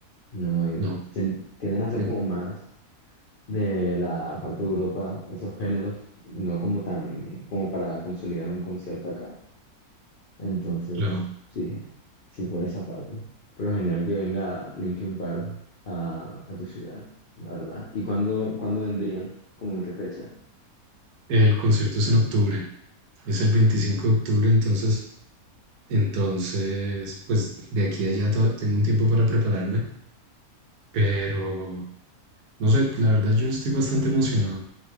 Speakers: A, on the left; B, on the right.
A: no, no he ido.
B: no,
A: Tien- Tienden a ser
B: bien,
A: como más de la parte de Europa, esos géneros, no como tan, como para consolidar un concierto acá. Entonces,
B: claro.
A: sí, sí por esa parte. Pero genial que venga Linkin Park a, a tu ciudad, la verdad. ¿Y cuándo, cuándo vendrían? ¿Cómo en qué fecha?
B: El concierto es en octubre, es el
A: Mm,
B: 25 de octubre, entonces, entonces, pues de aquí a allá to- tengo un tiempo para prepararme, pero no sé, la verdad yo estoy bastante emocionado.